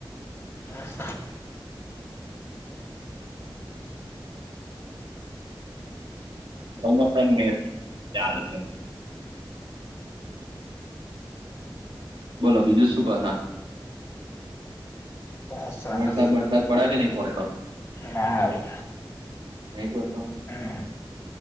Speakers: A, on the left; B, on the right.
A: આસામ.
B: કમોસાઈન મે ચાલે છે. બોલો, બીજું શું કો તા
A: બસ શાંતિ
B: વરસાદ વરસાદ પડે કે, નહી પડતો.
A: ના આવી.
B: નહીં પડતો.
A: હમ